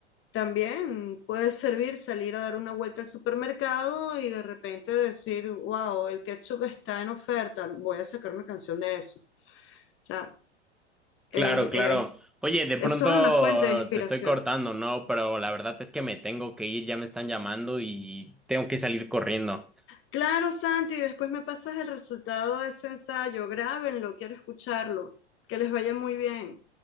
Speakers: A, on the left (about 35°); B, in the centre.
A: también puede servir salir a dar una vuelta al supermercado y de repente decir, wow, el ketchup está en oferta, voy a sacar una canción de eso. O sea,
B: Claro,
A: es,
B: claro.
A: es,
B: Oye, de
A: es
B: pronto
A: solo una fuente de inspiración.
B: te estoy cortando, ¿no? Pero la verdad es que me tengo que ir, ya me están llamando y tengo que salir corriendo.
A: Claro, Santi, después me pasas el resultado de ese ensayo. Grábenlo, quiero escucharlo. Que les vaya muy bien.